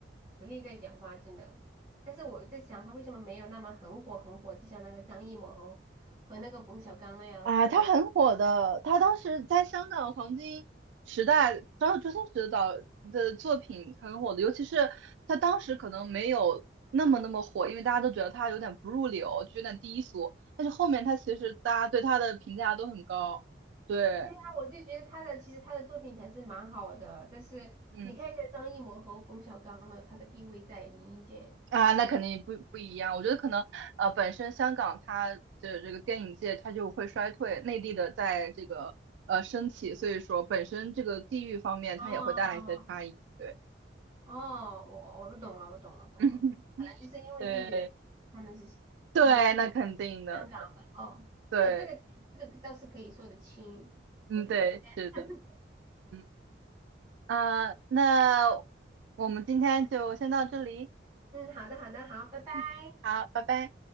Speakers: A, on the right (about 20°); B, on the right (about 75°).
A: 实力在讲话，真的。但是我在想，他为什么没有那么很火很火，就像那个张艺谋和那个冯小刚那样子，
B: 啊，她很火的，
A: 我
B: 她当时在香港黄金时代，张周星驰导的作品很火的，尤其是她当时可能没有那么那么火，因为大家都觉得她有点不入流，就有点低俗，但是后面她其实大家对她的评价都很高，对，
A: 对呀，我就觉得他的其实他的作品还是蛮好的，但是你看一下张艺谋和冯小刚的，
B: 嗯。
A: 他的地位在演艺界。
B: 啊，那肯定不不一样。我觉得可能，呃，本身香港它的这个电影界它就会衰退，内地的在这个呃升起，所以说本身这个地域方面它也会带来一些差异。
A: 哦
B: 对，
A: 哦，我我我懂了，我懂了，
B: <laughs>
A: 懂了，
B: 嗯
A: 可能就是因为地域的原因，
B: 对，
A: 他们是张艺
B: 对，那肯定的，
A: 长的哦，
B: 对，
A: 这个这个这个倒是可以说得清，
B: 嗯，
A: 我觉得这样
B: 对，是的，嗯，啊，那我们今天就先到这里，
A: <laughs> 嗯，好的好的好，拜拜。
B: 嗯，好，拜拜。